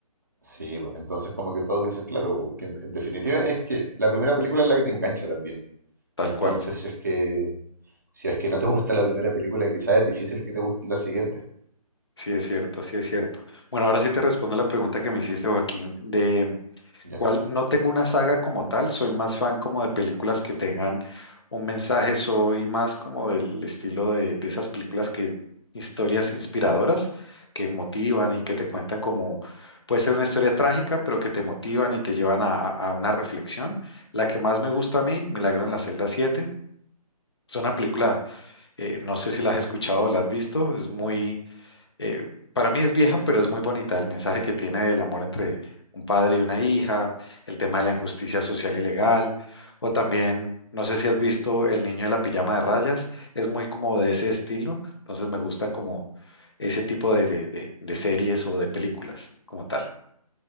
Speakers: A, on the right (about 30°); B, on the left (about 45°).
A: Sí, pues, entonces como que todos dicen, claro, que en, en definitiva es que la primera película es la que te engancha también.
B: tal
A: Entonces,
B: cual.
A: si es que, si es que no te gusta la primera película, quizás es difícil que te guste la siguiente
B: Sí, es cierto, sí es cierto. Bueno, ahora sí te respondo la pregunta que me hiciste, Joaquín, de
A: Ya,
B: cual no tengo una saga como tal, soy más fan como de películas que tengan un mensaje, soy más como del estilo de, de esas películas que historias inspiradoras que motivan y que te cuentan como puede ser una historia trágica, pero que te motivan y te llevan a, a a una reflexión. La que más me gusta a mí, Milagro en la celda siete, es una película, eh, no sé si la has escuchado o la has visto, es muy eh, para mí es vieja, pero es muy bonita el mensaje que tiene del amor entre un padre y una hija, el tema de la injusticia social y legal, o también, no sé si has visto El niño de la pijama de rayas, es muy como de ese estilo, entonces me gusta como ese tipo de, de, de- de series o de películas como tal.